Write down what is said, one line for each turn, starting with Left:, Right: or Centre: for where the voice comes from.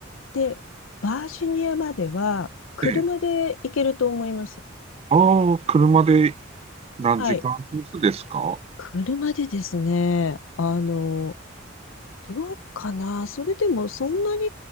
Left: で、バージニアまでは車で行けると思います。
Right: ええ。ああ、車で何時間コースですかは
Left: はい。車でですね、あの、どうかなそれでもそんなに